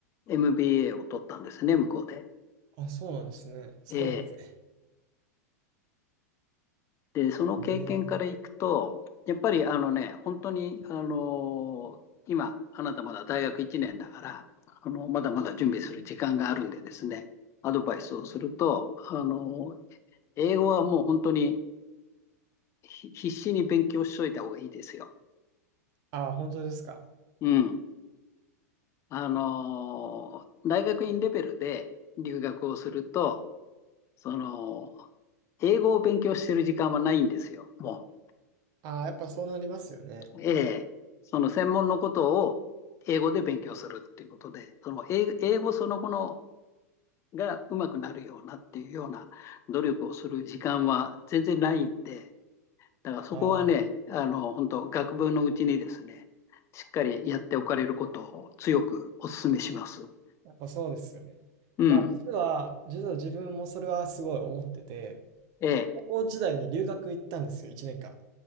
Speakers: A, on the left; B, on the right.
A: MBA を取ったんですね、向こうで。
B: あ、そうなんですね。すごいです
A: えーで、その経験からいくと、
B: ね。へえ。
A: やっぱりあのね、本当に、あのー今、あなたまだ大学1年だから、あの、まだまだ準備する時間があるんでですね、アドバイスをすると、あのー英語はもう本当にひ必死に勉強しといた方がいいですよ。
B: あ本当ですか。
A: うん。あのー大学院レベルで留学をすると、その、英語を勉強してる時間はないんですよ、も
B: あやっぱそうなりますよね。
A: う。ええ。その専門のことを英語で勉強するっていうことで、その英、英語そのものがうまくなるようなっていうような努力をする時間は全然ないんで、だからそこはね、
B: ああ、
A: あの、本当学部のうちにですね、しっかりやっておかれることを強くお勧めします。
B: やっぱそうですよね。
A: うん。
B: まあ、実は、実は自分もそれはすごい思ってて、
A: ええ。
B: 高校時代に留学行ったんですよ、1年間。